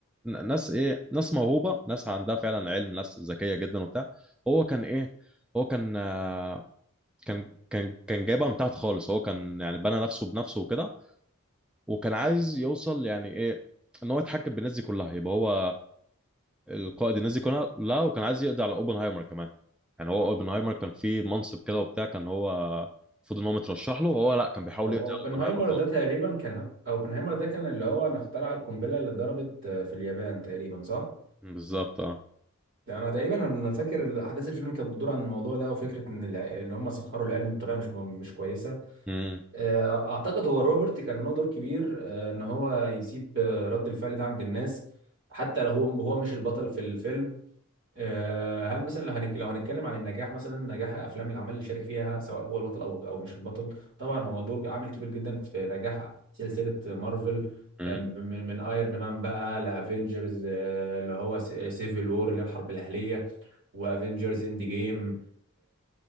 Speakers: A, in the centre; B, on the right (about 55°).
A: ن- ناس ايه ناس موهوبه ناس عندها فعلا علم ناس ذكيه جدا وبتاع هو كان ايه هو كان آه، كان كان كان جايبها من تحت خالص هو كان يعني بنى نفسه بنفسه وكده وكان عايز يوصل يعني ايه ان هو يتحكم بالناس دي كلها يبقى هو القائد الناس دي كلها لا وكان عايز يقضي على اوبنهايمر كمان يعني هو اوبنهايمر كان فيه منصب كده وبتاع كان هو المفروض ان هو مترشح له وهو لا كان بيحاول
B: اوبنهايمر
A: يقضي على اوبنهايمر خالص
B: ده تقريبا كان اوبنهايمر ده كان اللي هو اللي اخترع القنبله اللي اتضربت آه، في اليابان تقريبا صح؟
A: بالظبط اه
B: يعني انا تقريبا انا فاكر احداث الفيلم كانت بتدور عن الموضوع ده وفكره ان الع- اللي هم سخروا العلم بطريقه مش مش كويسه
A: امم
B: آه، اعتقد هو روبرت كان له دور كبير آه، ان هو يسيب آه، رد الفعل ده عند الناس حتى لو هو هو مش البطل في الفيلم آه، هل مثلا لو هنك... لو هنتكلم عن النجاح مثلا نجاح افلام العمل اللي شارك فيها سواء هو البطل او او مش البطل طبعا هو دور عامل كبير جدا في نجاح سلسله مارفل
A: امم
B: آم، من من ايرون مان بقى لافنجرز آه، اللي هو سيفل وور اللي هي الحرب الاهليه وافنجرز اند جيم